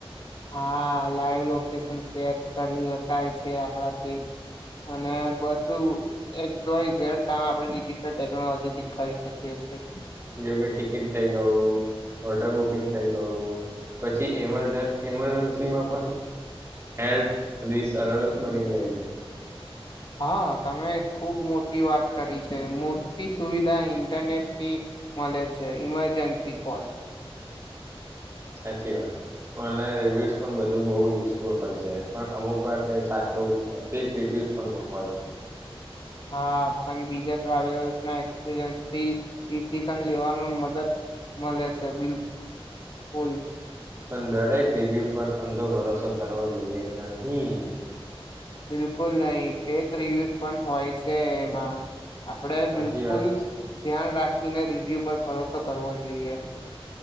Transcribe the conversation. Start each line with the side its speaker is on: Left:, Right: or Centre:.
Left: હા લાઈવ લોકેશન શેર કરી શકાય છે આપડાથી અને બધું એક સયઝ કામ આપણે ડિજટલ ટેકનોલોજીથી કરી શકીએ છેએ
Right: જોકે ટિકિટ થઈ ગયું હોટલ બુકિંગ થઈ ગયું પછી એમજ એમરજન્સીમાં પણ હેલ્પ બધી સરળ બની ગઈ છે
Left: હા તમે ખુબ મોટી વાત કરી છે મોટી સુવિધા ઇન્ટરનેટથી મળે છે ઈમરજન્સી કોલ
Right: સાચી વાત ઓનલાઈન રિવ્યુઝ પણ બધું બહ યુઝફુલ હોય છે પણ અમુક વાર સાચોક રિવ્યુઝ પણ હોય છે
Left: હા પણ બીજા ટ્રાવેલર્સ ના એક્સપિરયન્સથી ડિસિઝન લેવામાં મદદ મળે છે બિલુલ
Right: પણ દરેક રિવ્યુ પર અંધો ભરોસો કરવો જોઈએ નહી
Left: બિલકુલ નહીં ફેક રિવ્યૂઝ પણ હોય છે એમાં આપડે
Right: સાચી
Left: બિલકુલ
Right: વાત છે
Left: ધ્યાન રાખીને ર વ્યુ પર ભરોસો કરવો જોઈએ